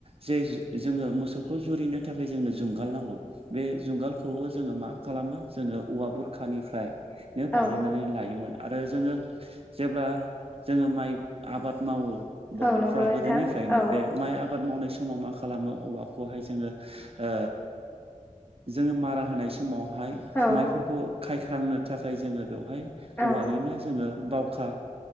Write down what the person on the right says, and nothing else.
जे जु जोंङो मोसौखौ जुरिनो थाखाय जोंनो जुंगाल नांगौ बे जुंगालखौ खौबो जोंङो मा खालामो जोंङो औवा बुरखानिफ्राय नो बानायनानै
लायोमोन। आरो जोंङो जेब्ला जोंङो माइ आबाद मावो बर'फ्रा
गोदोनिफ्रायनो
बे माइ आबाद मावनाय समाव मा खालामो औवाखौहाय जोंङो ओ जोंङो मारा होनाय समावहाय
माइफोरखौ खायख्रांनो थाखाय जोंङो बेवहाय औवानिनो
जोंङो बावखा